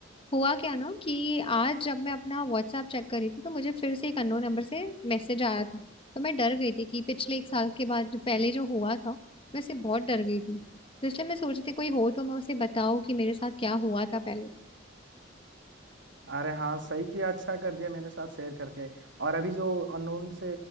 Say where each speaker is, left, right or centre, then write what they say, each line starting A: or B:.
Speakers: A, on the left; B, on the right.
A: हुआ क्या ना कि आज जब मैं अपना व्हाट्सएप चेक कर रही थी तो मुझे फिर से एक अननोन नंबर से मैसेज आया था तो मैं डर गई थी कि पिछले एक साल के बाद जो पहले जो हुआ था मैं उससे बहुत डर गई थी तो इसलिए मैं सोच रही थी कोई हो तो मैं उसे बताऊं कि मेरे साथ क्या हुआ था पहले
B: अरे हाँ सही किया अच्छा कर दिया मेरे साथ शेयर करके और अभी जो अननोन से